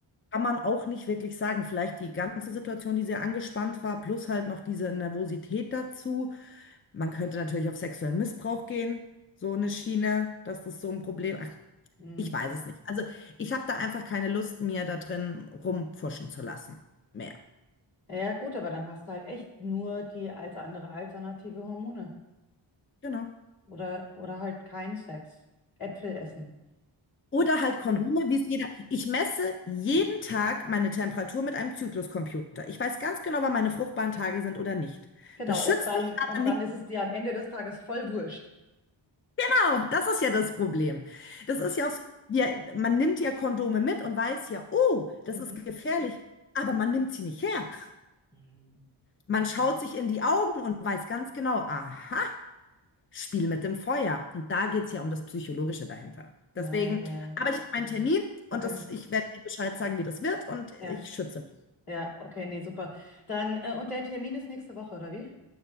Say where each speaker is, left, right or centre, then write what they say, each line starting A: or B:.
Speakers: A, on the left (about 25°); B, on the left (about 45°).
A: Kann man auch nicht wirklich sagen. Vielleicht die ganze Situation, die sehr angespannt war, plus halt noch diese Nervosität dazu. Man könnte natürlich auf sexuellen Missbrauch gehen, so eine Schiene, dass das so ein Problem. Ach,
B: Mhm.
A: ich weiß es nicht. Also, ich habe da einfach keine Lust, mir da drin rumpfuschen zu lassen. Mehr.
B: Ja, gut, aber dann hast du halt echt nur die als andere alternative Hormone
A: Genau.
B: oder oder halt keinen Sex. Äpfel essen.
A: Oder halt Kondome, wie es jeder. Ich messe jeden Tag meine Temperatur mit einem Zykluscomputer. Ich weiß ganz genau, wann meine fruchtbaren Tage sind oder nicht.
B: Genau,
A: Das schützt
B: und dann
A: mich aber
B: und
A: nicht.
B: dann ist es dir am Ende des Tages voll wurscht.
A: Genau, das ist ja das Problem. Das ist ja auch so, wir, man nimmt ja Kondome mit und weiß ja, oh, das
B: Mhm.
A: ist gefährlich, aber man nimmt sie nicht her.
B: Mhm.
A: Man
B: Okay.
A: schaut sich in die Augen und weiß ganz genau, aha, Spiel mit dem Feuer. Und da geht es ja um das Psychologische dahinter.
B: Ja,
A: Deswegen,
B: ja, ja.
A: aber ich habe meinen Termin und
B: Okay.
A: das, ich werde dir Bescheid sagen, wie das wird und ich
B: Ja,
A: schütze mich.
B: ja, okay, nee, super. Dann äh, und der Termin ist nächste Woche, oder wie?